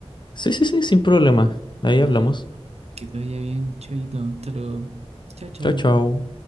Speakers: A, on the left; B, on the right.
A: sí, sí, sí, sin problema. Ahí
B: Dale,
A: hablamos.
B: que te vaya bien, chaito, hasta luego. Chao, chao.
A: Chao, chao.